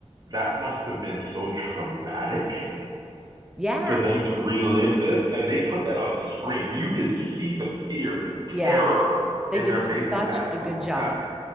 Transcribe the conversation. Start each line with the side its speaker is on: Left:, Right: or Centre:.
Right: that must have been so traumatic
Centre: Yeah.
Right: for them to relive this. And they put that on the screen. You could see the fear, the
Centre: Yeah.
Right: terror
Centre: They
Right: in
Centre: did
Right: their faces
Centre: such
Right: as
Centre: a
Right: they were
Centre: good
Right: going
Centre: job.
Right: back.